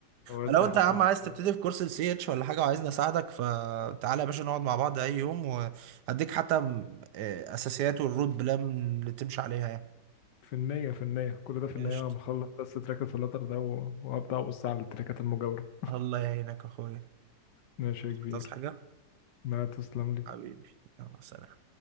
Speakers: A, on the left (about 85°); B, on the right (about 75°).
A: ودي
B: لو انت
A: حقك
B: يا عم عايز
A: بصراحه
B: تبتدي في كورس السي اتش ولا حاجه وعايزني اساعدك فتعالى يا باشا نقعد مع بعض اي يوم وهديك حتى م- آه، اساسيات والرود بلان اللي تمشي عليها يعني
A: في النية في النية كل ده في
B: قشطة
A: النية ما اخلص بس تراك الفلاتر ده و- وابدا ابص على التراكات المجاورة
B: الله يعينك يا اخويا
A: ماشي يا كبير
B: تصحى حاجه
A: ما تسلم لي
B: حبيبي يلا سلام